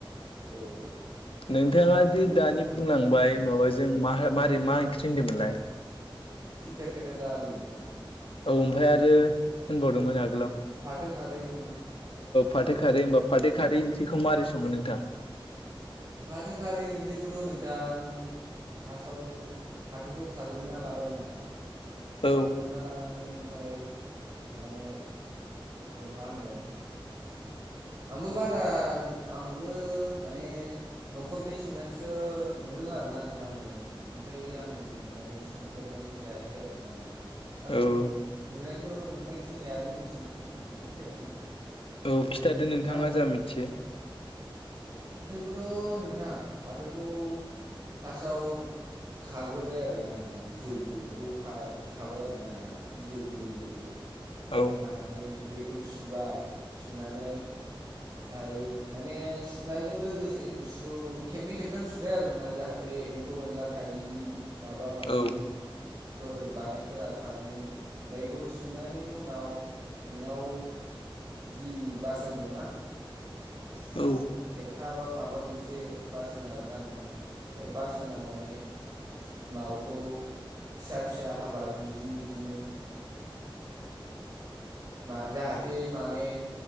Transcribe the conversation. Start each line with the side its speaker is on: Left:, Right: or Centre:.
Right: औ
Left: नोंथाङा दिे
Right: गो
Left: दानि बुंलांबाय माबाजों मारै मा ओंख्रि होनदोंमोनलाय
Right: तिथा केेरेला आलु नोंथां
Left: औ ओमफ्राय आरो होनबावदोंमोन आं
Right: फाथो खारै नोंथां
Left: फाथो खारै होनोमबा फाथै खारै ओंख्रिखौ माबोरै सङो नोंथां
Right: फाथो खारै ओंख्रिखौथ' नोंथां फासावनो फाथोखौ खाग्रोना लाबाय नोंथां खाग्रोना
Left: औ
Right: लानानै ओमफाय माने मा होनो आंबो बारा आंबो माने न'खरनि संनायखौसो नुदों आरोना नोंथां ओमफ्राय आं माने संफेरनो देरनानै जायाखै आरो ना नोंथां आं
Left: औ
Right: नुनायखौ नुनायखिनि आरो मिन्थिनायखिनिखौ खोन्थानोसै आरोना नोंथां
Left: औ खिथादो नोंथाङा
Right: फा
Left: जा मिथियो
Right: बेखौथ' नोंथां फाथोखौ फार्स्टआव खाग्रोबाय आरो ना नोंथां बिजौ बिजौखौ खाबाय आरोना नोंथां बिजौ गोरलै गोरलैखौ ओमफाय
Left: औ
Right: खानानै बे खौ सुबाय सुनानै ओमफाय माने सुनायजों लोगोसे खेबनै खेबथाम सुबाय आरोना जाहाथे एम्फौ एनला थायि माबा माबि
Left: औ
Right: फोर बानायफोरा खारनायनि बैग सुनायनि उनाव नोंनाव जि बास होनदों ना
Left: औ
Right: खाबा माबा मोनसे बास होनो आरोना नोंथां बे बास होनाव माने माबाखौ फिसा फिसा हाबाय मिजि मिजिनो मा जाहाथे माने